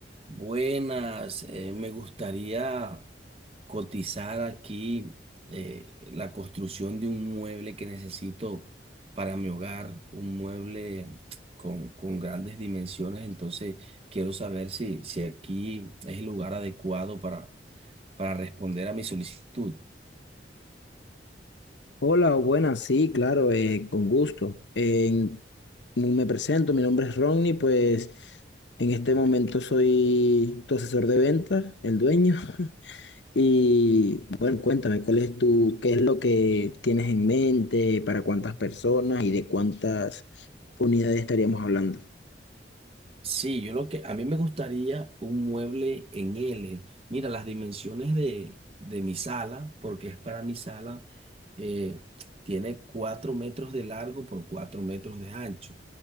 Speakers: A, on the right (about 35°); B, on the left (about 80°).
A: Buenas, eh, me gustaría cotizar aquí eh, la construcción de un mueble que necesito para mi hogar, un mueble con, con grandes dimensiones, entonces quiero saber si, si aquí es el lugar adecuado para, para responder a mi solicitud.
B: Hola, buenas, sí, claro, eh, con gusto. En- me presento, mi nombre es Ronnie, pues en este momento soy tu asesor de ventas, el dueño. <laughs> Y bueno, cuéntame, ¿cuál es tu, qué es lo que tienes en mente, para cuántas personas y de cuántas unidades estaríamos hablando?
A: Sí, yo lo que a mí me gustaría un mueble en L. Mira, las dimensiones de, de mi sala, porque es para mi sala eh, tiene cuatro metros de largo por cuatro metros de ancho.